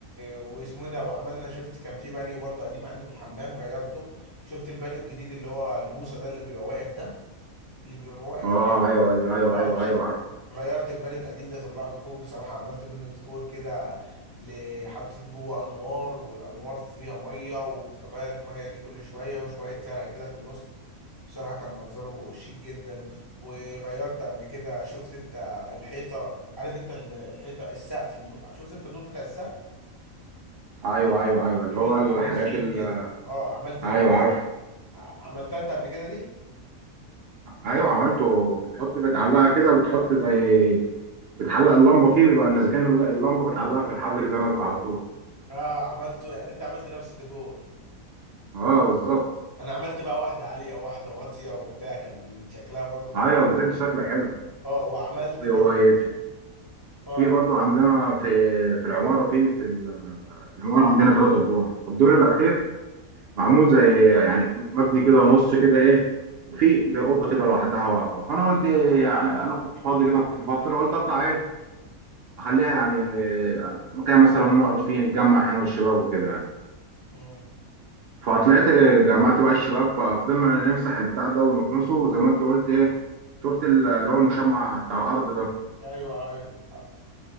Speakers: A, on the left (about 25°); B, on the right (about 65°).
A: واسمه إيه ده وعملنا شفت كان في بانيو برضو قديم عندي في الحمام غيرته شفت البانيو الجديد اللي هو البوصه ده اللي بيبقى واقف ده اللي بيبقى واقف
B: اه ايوه ايوه ايوه
A: اه
B: ايوه
A: ش...
B: ايوه عارفه
A: غيرت البانيو القديم ده طلعته فوق بصراحة عملت منه ديكور كده ل- حطيت جوه انوار والانوار فيها مية وبتتغير المية دي كل شوية وشوية زرع كده في النص بصراحة كان منظره شيك جدا وغيرت قبل كده شفت انت الحيطة عارف انت ال- الحيطة السقف الن- شفت انت النور بتاع السقف
B: ايوه ايوه ايوه اللي
A: في منه
B: هو الحاجات
A: حبل تخين
B: ال
A: كده اه عملت
B: ايوه
A: منه
B: عارفه
A: ع- عملتها انت قبل كده دي
B: ايوه عملته بتحط بتعلقها كده بتحط زي بتعلق اللمبه فيه بيبقى ان اذا كان الل- اللمبه بتعلقها في الحبل كده نازله على طول
A: اه عملته يعني انت عملت نفس الديكور
B: اه بالظبط
A: انا عملت بقى واحده عاليه وواحده واطيه وبتاع كان شكلها برضو جبار
B: ايوه بتدي شكل حلو
A: اه وعملت
B: وفي
A: برضو اه
B: برضه عندنا في في العماره في في ال- العمارة عندنا ثلاث أدوار الدور الأخير معمول زي يعني مبني كده نص كده إيه وفي زي أوضة كده لوحدها واقفة فأنا قلت إيه، يعني أنا كنت فاضي كده في فترة قلت أطلع إيه أخليها يعني إيه، مكان مثلا نقعد فيه نتجمع إحنا والشباب وكده يعني
A: امم
B: فطلعت إيه، جمعت بقى الشباب ففضلنا نمسح البتاع ده ونكنسه زي ما أنت قلت إيه شفت ال- اللي هو المشمع بتاع الأرض ده
A: ايوه ايوه عارف